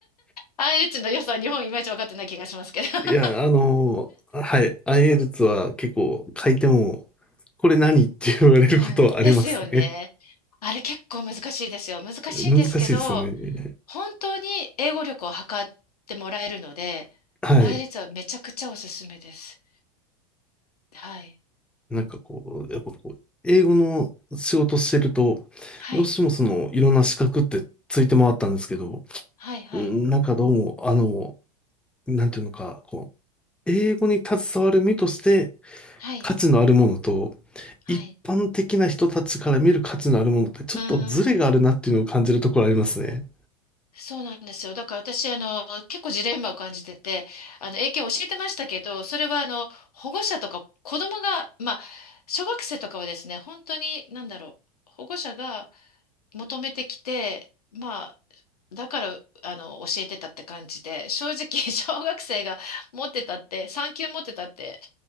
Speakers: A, on the left; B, in the centre.
A: i イ l t の良さは日本いまいち分かってない気がしますけど。<laughs>
B: え。いや、あの、はい、IELTS は結構書いても、これ何って言われることはありますね。
A: うん。ですよね。あれ結構難しいですよ。難しいんですけど、
B: 難しいですよね。
A: 本当に英語力を測ってもらえるので、
B: はい。
A: i イ l t はめちゃくちゃおすすめです。はい。
B: なんかこう、やっぱこう、英語の仕事してると、
A: はい。
B: どうしてもその、いろんな資格ってついて回ったんですけど、
A: はい。はい。
B: うんなんかどうも、あの、なんていうのか、こう、英語に携わる身として
A: はい。
B: 価値のあるものと、
A: はい。
B: 一般的な人たちから見る価値のあるものって、ちょっとズレがあるなっていうのを感じるところありますね。
A: うーん。そうなんですよ。だから私、あの、結構ジレンマを感じてて、あの、英検教えてましたけど、それは、あの、保護者とか子供が、まあ、小学生とかはですね、本当に、なんだろう、保護者が求めてきて、まあ、だから、あの、教えてたって感じで、正直、<laughs> 小学生が持ってたって、3級持ってたって、